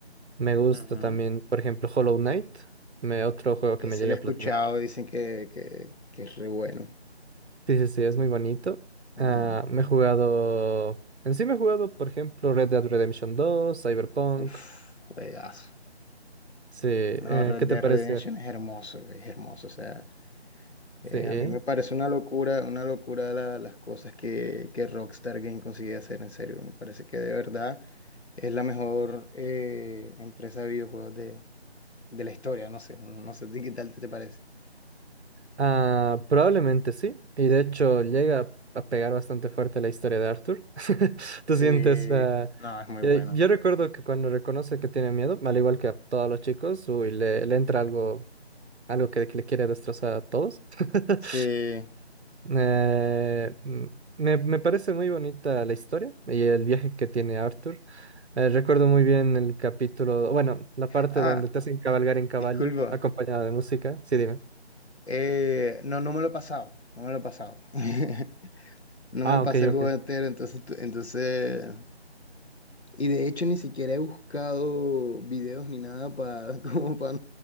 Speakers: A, on the right; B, on the left.
A: Me gusta
B: Ujú.
A: también, por ejemplo, Hollow Knight, me, otro juego
B: Ese
A: que me llegué
B: lo he
A: a
B: escuchado,
A: platinar.
B: dicen que, que, que es re bueno.
A: Sí, sí, sí, es muy bonito.
B: Ujú.
A: Ah, me he jugado, en sí me he jugado, por ejemplo, Red Dead Redemption dos Cyberpunk.
B: Uf, juegazo.
A: Sí, eh,
B: No, Red
A: ¿qué
B: Dead
A: te pareció?
B: Redemption es hermoso, es hermoso, o sea. Eh,
A: Sí,
B: a mí me parece una locura, una locura la- las cosas que, que Rockstar Game consigue hacer, en serio. Me parece que de verdad es la mejor eh, empresa de videojuegos de, de la historia, no sé, no sé, ¿a ti ¿qué tal te, te parece?
A: ah, probablemente sí. Y de hecho llega a pegar bastante fuerte la historia de Arthur. <laughs> ¿Tú
B: Sí,
A: sientes? ah,
B: no, es muy
A: eh,
B: bueno.
A: yo recuerdo que cuando reconoce que tiene miedo, al igual que a todos los chicos, uy, le, le entra algo, algo que, que le quiere destrozar a todos. <laughs>
B: Sí.
A: Eh, mm, me, me parece muy bonita la historia y el viaje que tiene Arthur. Eh, recuerdo muy bien el capítulo, bueno, la parte
B: Ah,
A: donde te hacen cabalgar en caballo,
B: disculpa.
A: acompañada de música. Sí, dime.
B: Eh, no, no me lo he pasado, no me lo he pasado. <laughs> No
A: Ah,
B: me pasé
A: ok,
B: el
A: ok.
B: juego entero, entonces, tú- entonces Y de hecho ni siquiera he buscado videos ni nada para <laughs> como para